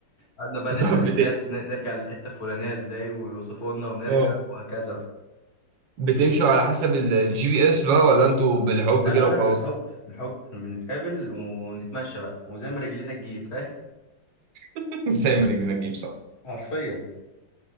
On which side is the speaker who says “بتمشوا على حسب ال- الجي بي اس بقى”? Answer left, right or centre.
Right